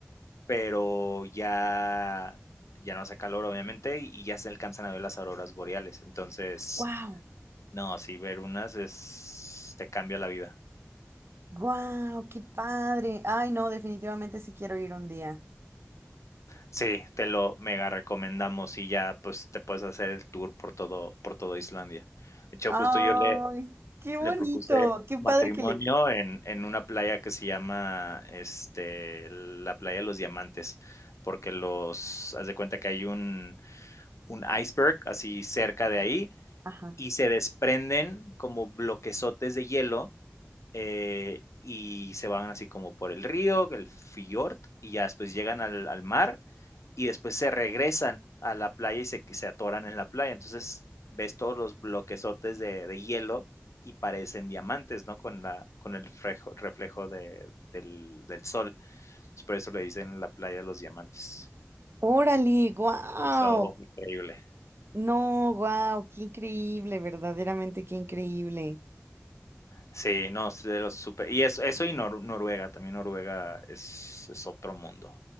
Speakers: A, on the left; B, on the right.
A: pero ya, ya no hace calor, obviamente, y ya se alcanzan a ver las auroras boreales. Entonces,
B: Wow,
A: no, sí, ver unas es, te cambia la vida.
B: wow, ¡Qué padre! Ay, no, definitivamente sí quiero ir un día.
A: Sí, te lo mega recomendamos y ya pues te puedes hacer el tour por todo, por todo Islandia. De hecho,
B: ¡Ay!
A: justo yo le,
B: ¡Qué bonito!
A: le propuse
B: ¡Qué
A: matrimonio
B: padre que le
A: en, en una playa que se llama este, la playa de los diamantes, porque los, haz de cuenta que hay un, un iceberg así cerca de ahí
B: Ajá.
A: y se desprenden como bloquezotes de hielo eh, y se van así como por el río, el fiord y ya después llegan al, al mar y después se regresan a la playa y se, se atoran en la playa. Entonces ves todos los bloquezotes de, de hielo y parecen diamantes, ¿no? Con, la, con el reflejo reflejo de- del, del sol. por eso le dicen la playa de los diamantes.
B: Órale, guau.
A: Eso, increíble.
B: No, guau, qué increíble, verdaderamente qué increíble.
A: Sí, no, es de los super. Y eso, eso y Nor- Noruega, también Noruega es, es otro mundo.